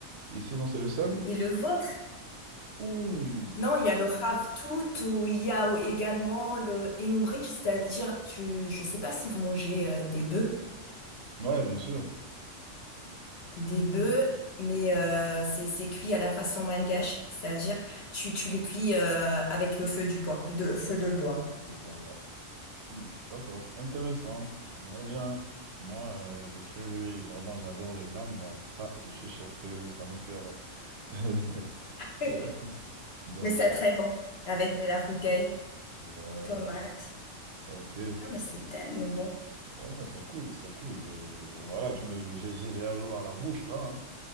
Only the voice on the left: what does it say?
Et le vôtre?
Non, il y a le ravitoot ou il y a également le enoumbrich, c'est-à-dire, tu, je sais pas si vous mangez euh, des bœufs,
des
bœufs, mais euh, c'est c'est cuit à la façon malgache, c'est-à-dire tu tu les cuis euh, avec le feu du bois, de feu de bois.
<laughs>
Mais c'est
très bon, avec de
la rougaille,
tomate.
Ah, mais c'est tellement bon.